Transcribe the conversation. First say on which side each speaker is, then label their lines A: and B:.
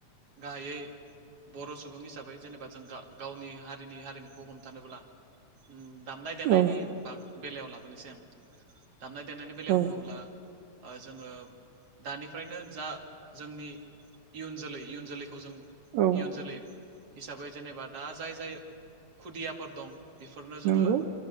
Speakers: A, on the right; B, on the right.
A: गाहायै बर' सु बुं हिसाबै जेनेबा जों गा-गावनि हारिनि हारिमुखौ हमथानोब्ला उम दामनाय देनायनि
B: औ
A: बाग-बेलायाव लाबोनोसै आं दामनाय देनायनि बेलायाव
B: औ
A: बुङोब्ला। ओ जोङो दानिफ्रायनो जा जोंनि इयुन जोलै इयुन जोलै खौ जों
B: औ
A: इयुन जोलै हिसाबै जेनेबा दा जाय जाय खुदियाफोर दं। बेफोरनो जोङो
B: नंगौ